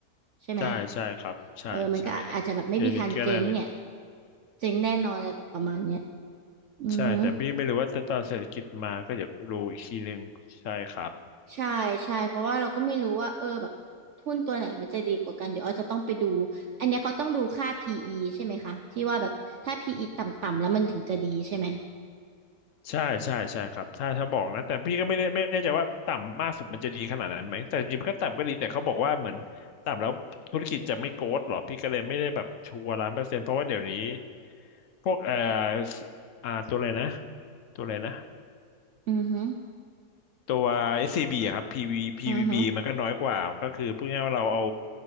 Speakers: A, on the right (about 65°); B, on the left (about 65°).
A: ใช่ไหม
B: ใช่ใช่ครับใช่ใช่
A: เออมันก็อาจจะแบบไม่มีทางเจ๊งเนี่ย
B: เศรษฐกิจอะไรเลย
A: เจ๊งแน่นอนอะไรแบบประมาณเนี้ยอือฮึ
B: ใช่แต่พี่ไม่รู้ว่าจะตอนเศรษฐกิจมาก็อยากดูอีกทีหนึ่งใช่ครับ
A: ใช่ใช่เพราะว่าเราก็ไม่รู้ว่าเออแบบหุ้นตัวไหนมันจะดีกว่ากันเดี๋ยวอาจจะต้องไปดูอันเนี้ยเขาต้องดูค่า PE ใช่ไหมคะที่ว่าแบบถ้า PE ต่ำๆแล้วมันถึงจะดีใช่ไหม
B: ใช่ใช่ใช่ครับถ้าถ้าบอกนะแต่พี่ก็ไม่ได้ไม่แน่ใจว่าต่ำมากสุดมันจะดีขนาดนั้นไหมแต่จริงๆมันก็ต่ำก็ดีแต่เขาบอกว่าเหมือนต่ำแล้วธุรกิจจะไม่โกรธหรอพี่ก็เลยไม่ได้แบบชัวร์ล้านเปอร์เซ็นต์เพราะว่าเดี๋ยวนี้พวกเอ่ออ่าตัวอะไรนะตัวอะไรนะ
A: อือฮึ
B: ตัว SCB อสซีบีอะครับ PV ีวีพีวีบ
A: อือฮึ
B: b มันก็น้อยกว่าก็คือพูดง่ายๆว่าเราเอา